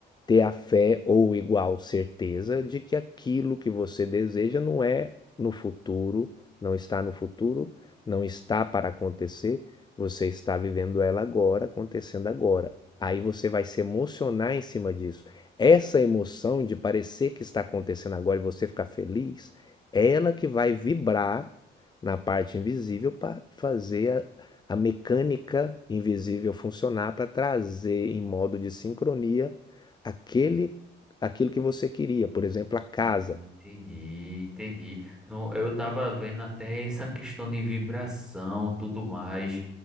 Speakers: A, on the left; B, in the centre.
A: ter a fé ou igual certeza de que aquilo que você deseja não é no futuro, não está no futuro, não está para acontecer, você está vivendo ela agora, acontecendo agora. Aí você vai se emocionar em cima disso. Essa emoção de parecer que está acontecendo agora e você ficar feliz, é ela que vai vibrar na parte invisível para fazer a, a mecânica invisível funcionar para trazer em modo de sincronia aquele aquilo que você queria, por exemplo, a casa.
B: Ah, entendi, entendi. No, eu estava vendo até essa questão de vibração, tudo mais,